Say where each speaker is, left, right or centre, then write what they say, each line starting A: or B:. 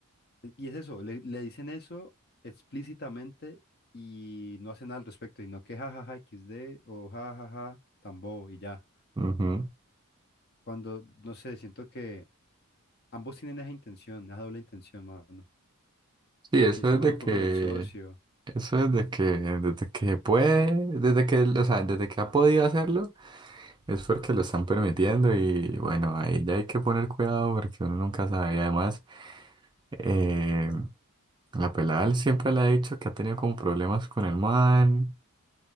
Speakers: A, on the left; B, on the right.
A: E- Y es eso, le, le dicen eso explícitamente y no hacen nada al respecto, sino que jajaja XD o jajaja tambo y ya.
B: ujú.
A: Cuando, no sé, siento que ambos tienen esa intención, esa doble intención, mano.
B: Sí, eso
A: Y está
B: es
A: maluco
B: de que,
A: con el socio.
B: eso es de que, desde que puede, desde que, él- o sea, desde que ha podido hacerlo. Es porque lo están permitiendo y bueno, ahí ya hay que poner cuidado porque uno nunca sabe. Y además, eh, la pelada él siempre le ha dicho que ha tenido como problemas con el man